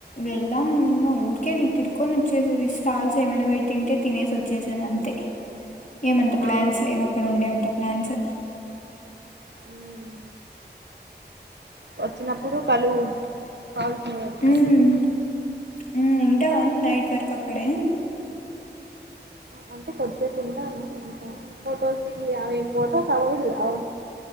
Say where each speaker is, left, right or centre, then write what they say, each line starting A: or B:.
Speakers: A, on the left (about 45°); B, on the right (about 75°).
A: వెళ్దామన్న ఊరికే తిరుకొని వచ్చేసేది స్టాల్స్ ఏమైనా పెట్టింటే తినేసి వచ్చేసేది అంతే ఏమంత ప్లాన్స్
B: ఆ
A: లేవక్కడ ఉండే అంత ప్లాన్స్.
B: ఉమ్ వచ్చినప్పుడు కలువు కాల్స్ వచ్చినప్పుడు
A: మ్మ్. హ్మ్ ఉంటావా నైట్ వర్కు అక్కడె
B: అంటే కొద్దిసేపు ఉంటాను ఇంకా ఫొటోస్ ది గి ఆమెవ్ ఏ ఫొటోస్ అవ్వవ్